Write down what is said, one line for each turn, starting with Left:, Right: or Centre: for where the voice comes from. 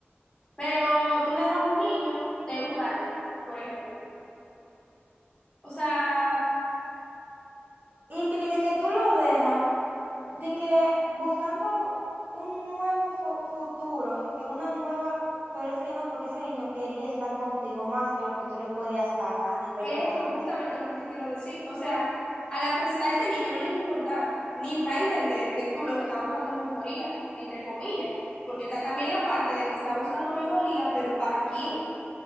Left: Pero tú dejas a un niño de un año, por ejemplo. O sea,
Right: Y que, que tú lo dejas de que buscando un nuevo fu- futuro, de que una nueva, pero es que no, porque ese niño quería estar contigo más que lo que tú le podías dar a nivel
Left: Eso,
Right: económico.
Left: justamente lo que te quiero decir. O sea, a la pers- a ese niño no le va a importar, ni va a entender que tú lo que estás buscando es mejoría, entre comillas, porque está también la parte de que está buscando mejoría, pero ¿para quién?